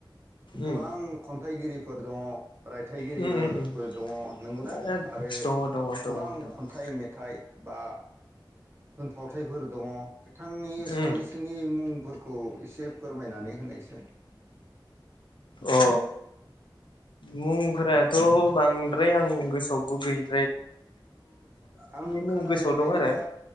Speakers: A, on the right; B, on the left.
A: गोबां
B: उम
A: खन्थाइगिरि फोर दङ रायथाइगिरिबो
B: उम उम उम
A: फोर दङ नंगौना?
B: दङ दङ
A: आरो
B: नोंथां
A: गोबां
B: उम
A: खन्थाइ मेथाइ बा थुनफावथायफोर दङ। बिथांनि सानैसोनि
B: उम
A: मुंफोरखौ एसे फोरमायनानै होनायसाय।
B: अ मुंफोराथ' बांद्राय आं गोसोआवबो गैला।
A: आं
B: मुं
A: खोनानाय
B: गोसोआव दं
A: बायदिबा
B: आरो